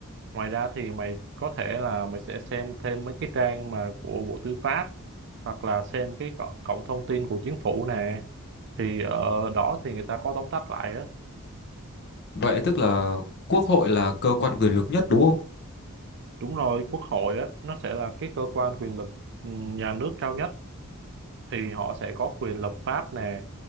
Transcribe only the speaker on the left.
Vậy tức là quốc hội là cơ quan quyền lực nhất đúng không?